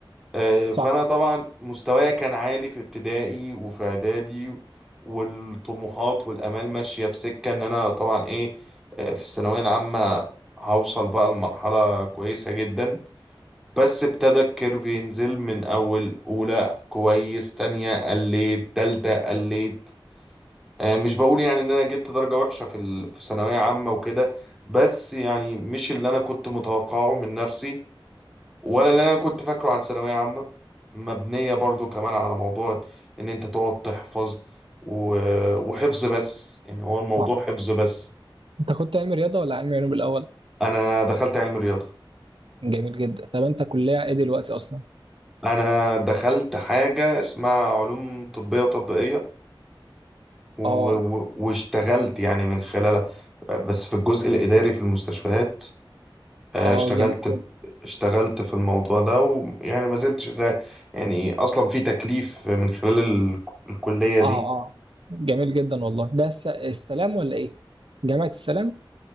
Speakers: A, in the centre; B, on the right.
A: آه،
B: صح
A: فانا طبعا مستوايا كان عالي في ابتدائي وفي اعدادي والطموحات والامال ماشيه في سكه ان انا طبعا ايه آه، في الثانويه العامه هوصل بقى لمرحله كويسه جدا بس ابتدى الكيرف ينزل من اول اولى كويس تانية قليت تالتة قليت آه، مش بقول يعني ان انا جبت درجه وحشه في ال- في ثانويه عامه وكده بس يعني مش اللي انا كنت متوقعه من نفسي ولا اللي انا كنت فاكره عن ثانويه عامه مبنيه برضو كمان على موضوع ان انت تقعد تحفظ و... وحفظ بس يعني هو الموضوع
B: صح
A: حفظ بس
B: انت كنت علم رياضة ولا علم علوم الأول
A: انا دخلت علم رياضه
B: جميل جدا طب انت كلية ايه دلوقتي أصلا
A: انا دخلت حاجه اسمها علوم طبيه وتطبيقيه و...
B: اه
A: و... واشتغلت يعني من خلالها بس في الجزء الاداري في المستشفيات آه،
B: اه
A: اشتغلت
B: آه، جميل جدا
A: اشتغلت في الموضوع ده ويعني ما زلت شغال يعني اصلا في تكليف من خلال ال... الكليه دي
B: اه اه جميل جدا والله ده الس- السلام ولا ايه جامعة السلام